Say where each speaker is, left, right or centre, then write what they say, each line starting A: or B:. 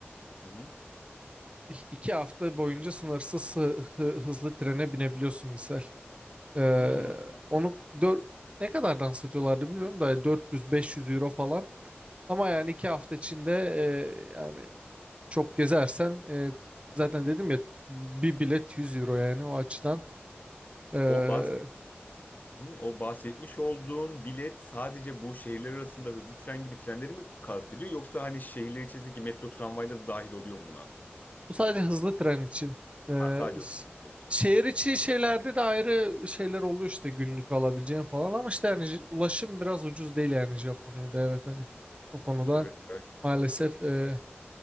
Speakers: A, on the left (about 45°); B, on the right (about 30°).
A: Hı hı.
B: iki hafta boyunca sınırsız hı- hı- hızlı trene binebiliyorsun misal. Ee,
A: Hmm.
B: onu dör- ne kadardan satıyorlardı bilmiyorum da 400-500 euro falan. Ama yani iki hafta içinde e, yani çok gezersen e, zaten dedim ya bir bilet 100 euro yani o açıdan. Ee,
A: O bahsetmiş, o bahsetmiş olduğun bilet sadece bu şehirler arasında hızlı tren gibi trenleri mi kastediyor yoksa hani şehirler içerisindeki metro tramvayla da dahil oluyor mu buna?
B: Bu sadece hızlı tren için. Ee,
A: Ha, sadece.
B: ş-
A: Evet.
B: şehir içi şeylerde de ayrı şeyler oluyor işte günlük alabileceğin falan ama işte yani j- ulaşım biraz ucuz değil yani Japonya'da evet hani o konuda
A: Evet. evet.
B: maalesef e,